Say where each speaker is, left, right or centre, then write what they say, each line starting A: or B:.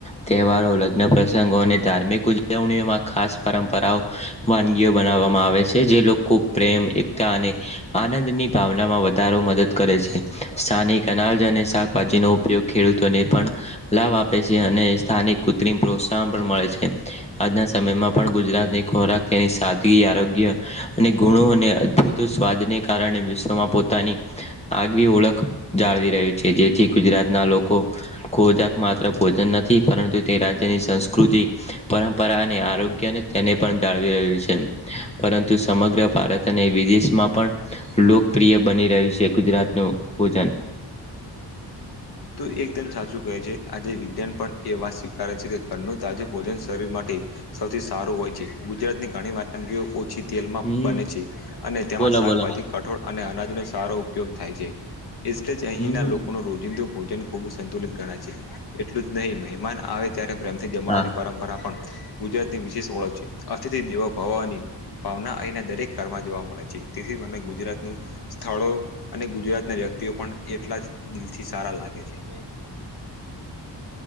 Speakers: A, on the left; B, on the left.
A: તહેવારો લગ્ન પ્રસંગો અને ધાર્મિક ઉજવણીઓમાં ખા પરંપરાઓ વાનગીઓ બનાવવામાં આવે છે જે કો પ્રેમ એકતા અને આનંદની ભાવનામાં વધારો મદદ કરે છે સ્થાનિકના જાત જાતની શાકભાજીનો ઉપયોગ ખેડૂતોને પણ લાભ આપે છે અને સ્થાનિક કૃત્રિમ પ્રોત્સાહન પણ મળે છે આજના સમયમાં પણ ગુજરાતની ખોરાક થી આરોગ્ય અને ગુણો અને અદભુત સ્વાદને કારણે વિશ્વમાં પોતાની આ આગવી ઓળખ જાળવી છે જેથી ગુજરાતના લોકો ખોજાક માત્ર ભોજન નથી પરંતુ તે રાજ્યની સંસ કૃતિ પરંપરા અને આરોગ્યને તેને પણ જાળવી રહ્યું છે. પરંતુ સમગ્ર ભારત અને વિદેશમાં પણ લોકપ્રિય બની રહ્યું છે ગુજ ગુજરાતનું ભોજન
B: તો એકદમ સાચું કહે છે આજે વિજ્ઞાન પણ એ વાત સ્વીકારે છે કે ઘરનું તાજું ભોજન શરીર મા તે સૌથી સારું હોય છે ગુજરા ત ની ઘણી વાનગીઓ ઓછી તેલમાં
A: હમ
B: બને છે અને તેમાં
A: બોલો
B: શાકભાજી
A: બોલો
B: કઠોળ અને અનાજનો સારો ઉપયોગ થાય છે એટલે જ અહીંના
A: હમ
B: લોકોનું રોજિંદુ ભોજન ખૂબ સંતુલિત ગણાય છે. એટલું જ નહીં મહેમાન આવે ત્યારે પ્રેમથી જમાવાની
A: હા
B: પરંપરા પણ ગુજરાતની વિશેષ ઓળખ છે. દેવા ભવાની ભાવના અહીંના દરેક કારરમાં જોવા મળે છે તેથી મને ગુજરાત નું સ્થળો અને ગુજરાત ના વ્યક્તિઓ પણ એટલા જ દિલથી સારા લાગે છે.